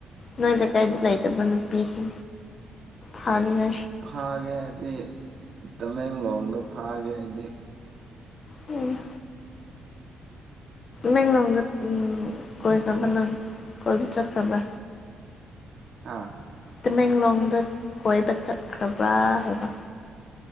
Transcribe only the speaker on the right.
ꯐꯥꯒꯦ ꯍꯥꯏꯗꯤ ꯇꯃꯦꯡꯂꯣꯡꯗ ꯐꯥꯒꯦ ꯍꯥꯏꯗꯤ
ꯍꯥ